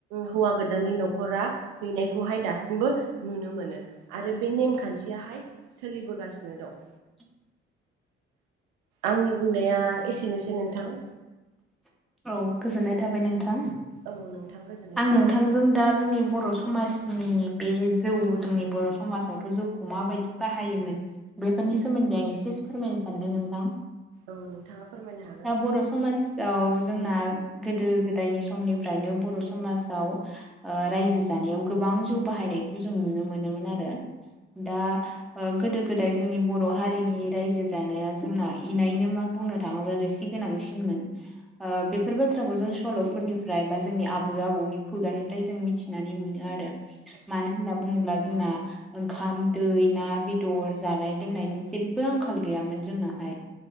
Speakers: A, on the right; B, in the centre.
A: हौवा गोदाननि न'खरा हैनायखौहाय दासिम बो नुनो मोनो आरो बे नेमखान्थियाहाय सोलिबोगासिनो दं
B: <inaudible>
A: आंनि बुंनाया एसेनोसै नोंथां
B: औ गोजोननाय थाबाय नोंथां
A: औ नोंथां गोजोननाय
B: आं
A: थाबाय
B: नोंथांजों दा जोंनि बर' समाज नि बे जौ जोंनि बर' समाजावथ' जौखौ माबायदि बाहायोमोन बेफोरनि सोमोन दै आं एसे फोरमायनो सानदों नोंथां
A: औ नोंथाङा फोरमायनो हागोन
B: दा बर' समाजाव जोंना गोदो गोदायनि समनिफ्रायनो बर' समाजाव ओ रायजो जानायाव गोबां गोबां जौ बाहायनायखौ जों नुनो मोनोमोन आरो दा ओ गोदो गोदाय जोंनि बर' हारिनि रायजो जानाया जोंना इनायनो मा बुंनो थाङोब्ला रोसि गोनांसिनमोन ओ बेफोर बाथ्राखौ जों सल'फोरनिफ्राय बा जोंनि आबै आबौनि खुगानिफ्राय जों मिथिनानै मोनो आरो मानो होनना बुङोब्ला जोंना ओंखाम दै ना बेदर जानाय लोंनायनि जेबो आंखाल गैयामोन जोंनाहाय